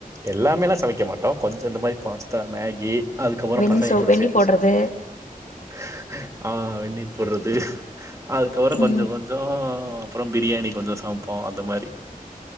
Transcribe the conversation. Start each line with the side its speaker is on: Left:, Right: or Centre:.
Right: எல்லாமேல்லாம் சமைக்க மாட்டோம் கொஞ்சம் இந்த மாதிரி பாஸ்தா மேகி அதுக்கப்புறம்
Left: வெந்நி
Right: பசைங்க
Left: சோ
Right: கூட
Left: வெந்நி
Right: சேர்ந்து
Left: போடுறது
Right: சுத் <unintelligible> ஆஹ் வெநீர் போடுறது அதுக்கப்புறம்
Left: ம்
Right: கொஞ்சம் கொஞ்சம் அப்புறம் பிரியாணி கொஞ்சம் சமைப்போம் அந்த மாரி